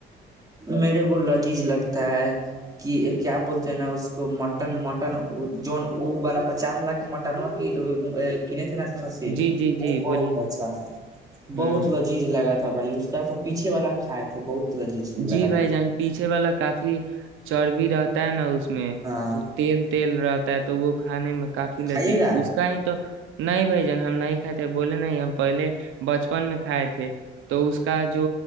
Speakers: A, on the right (about 20°); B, on the right (about 80°).
A: میرے کو لذیذ لگتا ہے کہ کیا بولتے ہیں نا اس کو مٹن مٹن جو وہ والا پچاس لاکھ مٹن وہ کینے کھنسی
B: جی جی
A: وہ
B: جی
A: بہت
B: بولیے نا
A: اچھا
B: ہوں
A: بہت لذیذ لگا تھا تھا بھائی اس کا تو پیھے والا کھائے تھے بہت لذیذ
B: جی
A: لگا
B: بھائی
A: تھا
B: جان پیچھے والا کافی چربی رہتا ہے نا اس میں
A: ہاں
B: تو تیل تیل رہتا ہے تو وہ کھانے میں کافی لذیذ
A: کھائیے گا آپ
B: اس کا ہی تو نہیں بھائی جان ہم نہیں کھائے تھے بولے نہیں ہم پہلے بچپن میں کھائے تھے تو اس کا جو